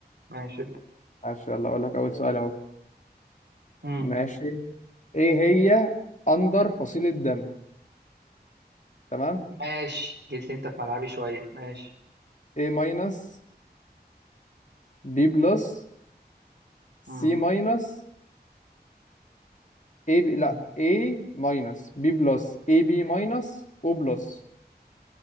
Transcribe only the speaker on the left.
ماشي يلا اقول لك اول سؤال اهو
ماشي ايه هي اندر فصيله دم تمام
A ماينس B بلس C
ماينس A ب... لا
A ماينس B بلس AB ماينس O بلس